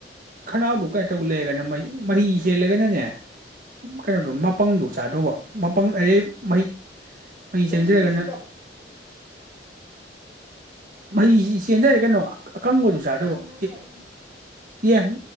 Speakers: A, on the right (about 50°); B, on the right (about 15°).
A: ꯈꯅꯥꯎꯗꯨ ꯀꯩꯅꯇꯧ ꯂꯩꯔꯒꯅ ꯃꯍꯤ ꯃꯍꯤ ꯆꯦꯜꯂꯒꯅꯅꯦ ꯀꯩꯅꯣꯗꯨ ꯃꯄꯪꯗꯨ ꯆꯥꯗꯧꯕ ꯃꯄꯪ ꯑꯗꯩ ꯃꯍꯤ ꯃꯍꯤ ꯆꯦꯟꯗꯔꯒꯅ
B: ꯑꯦ ꯁꯤꯗ
A: ꯃꯍꯤꯁꯤ ꯆꯦꯟꯗꯔ ꯀꯩꯅꯣ ꯑꯀꯪꯕꯗꯨ
B: ꯁꯤꯗ
A: ꯆꯥꯗꯧꯕ
B: ꯑꯃ ꯂꯥꯛꯑꯦ
A: ꯑꯦ ꯑꯦ